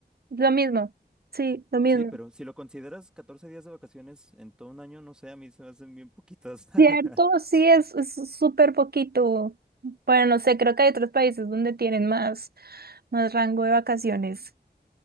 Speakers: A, on the right (about 60°); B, in the centre.
A: Lo mismo, sí, lo mismo.
B: Sí, pero si lo consideras 14 días de vacaciones en todo un año, no sé, a mí se me hacen bien poquitas. <laughs>
A: ¿cierto? Sí, es es súper poquito. Bueno, no sé, creo que hay otros países donde tienen más, más rango de vacaciones.